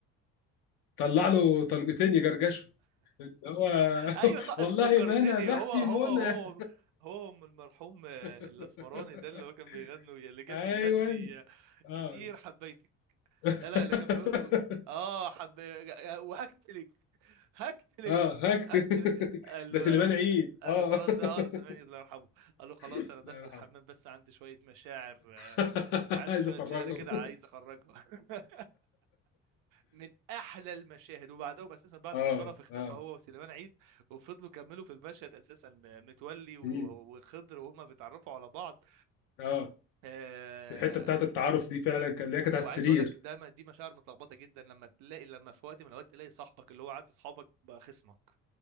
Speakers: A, on the left; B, on the right.
A: طلع له طلقتين يجرجشوا اللي هو <laughs>
B: ايوه صح
A: والله
B: انت فكرتني
A: ما انا ده
B: هو
A: اختي
B: هو
A: منى
B: هو هو أم المرحوم آه،
A: <laughs>
B: الاسمراني ده اللي هو كان بيغني اللي كان
A: ايوه
B: بيغني آه،
A: اه
B: كتير حبيتك
A: <laughs>
B: لا لا اللي كان بيقول له اه حب وهكتلك هقتلك
A: اه هكت
B: هقتلك
A: <laughs>
B: قال
A: ده
B: له
A: سليمان عيد
B: قال
A: اه
B: له خلاص
A: <laughs>
B: ده اه سليمان الله يرحمه قال له خلاص
A: الله
B: انا داخل
A: يرحمه
B: الحمام بس عندي شويه مشاعر آه،
A: <laughs>
B: عندي
A: عايز
B: شويه
A: افرغه
B: شعر كده
A: <laughs>
B: عايز اخرجها <laughs> من احلى المشاهد وبعدهم اساسا بعد
A: اه
B: ما شرف اختفى
A: اه
B: هو وسليمان عيد وفضلوا كملوا في المشهد اساسا متولي و-
A: مم.
B: وخضر وهما بيتعرفوا على بعض
A: اه
B: آه،
A: الحته بتاعت التعارف دي فعلا كان اللي هي كانت
B: وعايز
A: على السرير
B: اقول لك دايما دي مشاعر متلخبطه جدا لما تلاقي لما في وقت من الاوقات تلاقي صاحبك اللي هو عايز اصحابك بقى خصمك